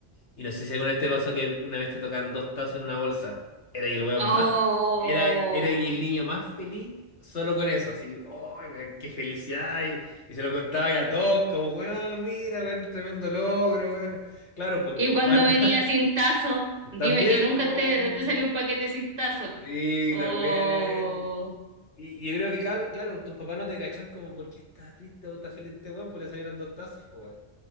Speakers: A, on the left; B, on the right.
A: Y no sé si alguna vez te pasó que una vez te tocan dos tazos en una bolsa. Era y el weón
B: Oh,
A: más. Era, era y el niño más feliz solo con eso, así. ¡Ay, weón, qué felicidad! Y, y se lo contaba a todos, como, weón, mira, weón, tremendo logro, weón. Claro, pues
B: y
A: tu
B: cuando
A: papá no-
B: venía sin
A: <laughs>
B: tazo, dime
A: también.
B: que nunca
A: Oh,
B: te, te salió un paquete sin tazo.
A: sí,
B: Oh,
A: también. Y, y yo creo que, cabl- claro, tus papás no te cachan como, ¿por qué estás triste o estás feliz este weón? Pues le salieron dos tazos, pues, weón.